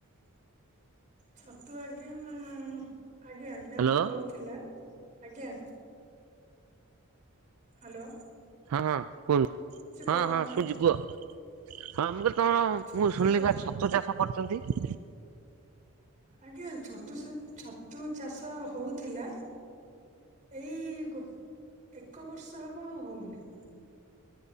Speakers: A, on the right (about 35°); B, on the right (about 75°).
A: ଛତୁ ଆଜ୍ଞା- ଆଜ୍ଞା -ଆଜ୍ଞା
B: ହ୍ୟାଲୋ
A: ଆମର ହଉଥିଲା ଆଜ୍ଞା। ହାଲୋ।
B: ହଁ- ହଁ କୁହୁ- ହଁ
A: କହୁନାହାନ୍ତି
B: ହଁ <unintelligible> କୁହ ହଁ ମୁଁ କ <unintelligible>
A: ଛତୁ
B: ମୁଁ ଶୁଣିଲି
A: ଛ
B: ପା ଛତୁ ଚାଷ କରୁଚନ୍ତି।
A: ଆଜ୍ଞା ଛତୁ ସା- ଛତୁ ଚାଷ ହଉଥିଲା ଏଇ ଗୋଟ୍-ଏକ ବର୍ଷ ହବ ଆଉ ହଉନି।